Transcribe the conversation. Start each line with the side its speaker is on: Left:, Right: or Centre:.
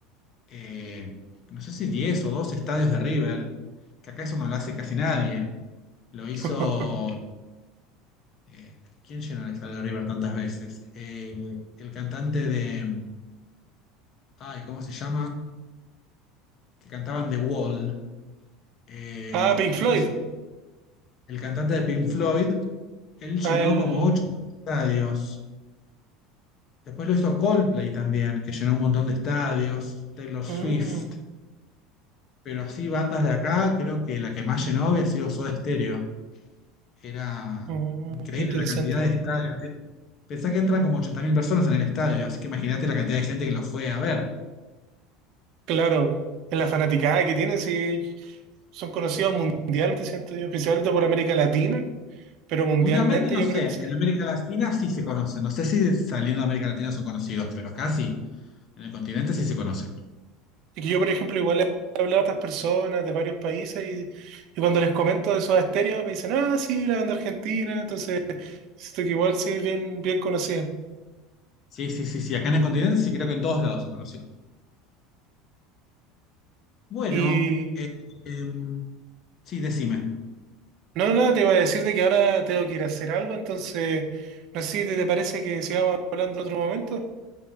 Left: eh, no sé si 10 o 12 estadios de River, que acá eso no lo hace casi nadie. Lo hizo.
Right: <laughs>
Left: eh, ¿quién llenó el estadio de River tantas veces? Eh, el cantante de. Ay, ¿cómo se llama? Que cantaban The Wall. Eh,
Right: Ah, Pink Floyd.
Left: él hizo- el cantante de Pink Floyd, él llenó
Right: Ah, el.
Left: como 8 estadios. Después lo hizo Coldplay también, que llenó un montón de estadios, Taylor Swift,
Right: Mm,
Left: pero así bandas de acá, creo que la que más llenó había sido Soda Stereo. Era
Right: mm,
Left: increíble
Right: qué interesante,
Left: la cantidad de estadios. Pensá que entran como 80.000 personas en el estadio, así que imagínate la cantidad de gente que lo fue a ver.
Right: Claro, en la fanaticada que tienen, sí, son conocidos mundialmente, siento yo, principalmente por América Latina, pero mundialmente
Left: Mundialmente no
Right: yo
Left: sé,
Right: creo que sí.
Left: en América Latina sí se conocen, no sé si saliendo de América Latina son conocidos, pero acá sí en el continente sí se conocen.
Right: Y que yo, por ejemplo, igual he hablado a estas personas de varios países y, y cuando les comento de esos estéreos me dicen, ah, sí, la banda argentina, entonces siento que igual sí es bien, bien conocida.
Left: Sí, sí, sí, sí, acá en el continente sí creo que en todos lados se conocen. Bueno,
Right: Y
Left: eh, em, sí, decime.
Right: no, nada, te iba a decir de que ahora tengo que ir a hacer algo, entonces no sé si te, te parece que sigamos hablando en otro momento.